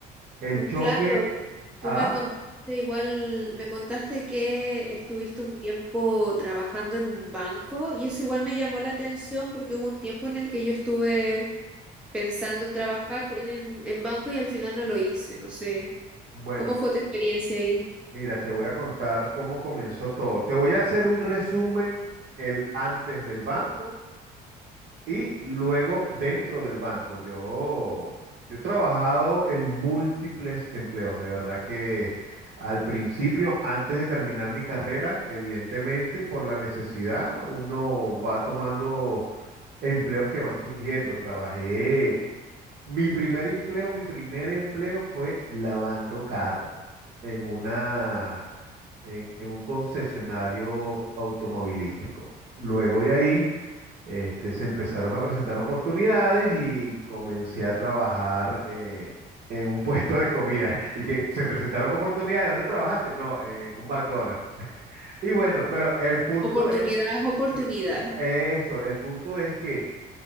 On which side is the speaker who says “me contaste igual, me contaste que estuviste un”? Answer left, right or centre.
Centre